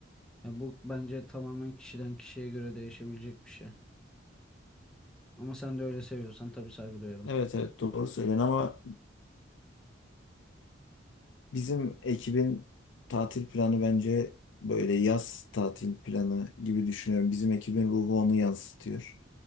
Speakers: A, in the centre; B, on the left.
A: Ya bu bence tamamen kişiden kişiye göre değişebilecek bir şey. Ama sen de öyle seviyorsan tabii saygı duyarım.
B: Evet evet doğru söylen ama Bizim ekibin tatil planı bence böyle yaz tatil planı gibi düşünüyorum. Bizim ekibin ruhu onu yansıtıyor.